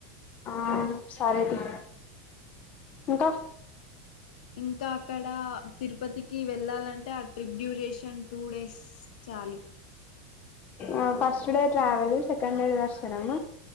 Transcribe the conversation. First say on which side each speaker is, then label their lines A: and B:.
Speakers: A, on the left (about 35°); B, on the left (about 80°).
A: ఆ సరేతి ఇంకా
B: ఇంకా అక్కడ తిరుపతికి వెళ్ళాలంటే ట్రిప్ డ్యూరేషన్ టూ డేస్ చాలు
A: ఆ first day travel second day దర్శనం